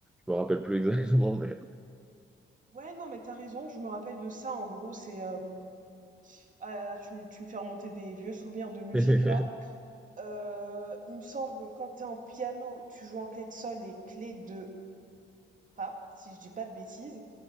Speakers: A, in the centre; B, on the right (about 40°).
A: Je me rappelle plus <laughs> exactement, mais
B: ouais, non, mais t'as raison, je me rappelle de ça, en gros, c'est, hem ah là là, tu me tu me fais remonter des vieux souvenirs de musique,
A: <laughs>
B: là. Heu, il me semble, quand t'es en piano, tu joues en clé de sol et clé de fa, si je dis pas de bêtises